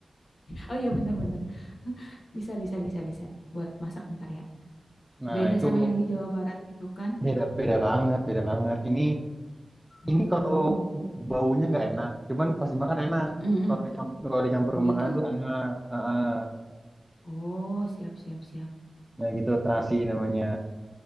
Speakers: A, on the left; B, in the centre.
A: oh iya benar-benar bisa bisa bisa bisa buat masak ntar ya
B: Nah
A: beda
B: itu
A: sama yang di Jawa Barat gitu kan
B: beda beda banget, beda banget. Ini
A: oh
B: ini kalau ini baunya nggak enak, cuman pas dimakan enak.
A: mm-mm,
B: Kalau
A: mm
B: dicampur kalau dicampur
A: Oh
B: ke
A: gitu?
B: makanan tuh enak. Heeh.
A: Oh, siap, siap, siap.
B: Nah gitu terasi namanya.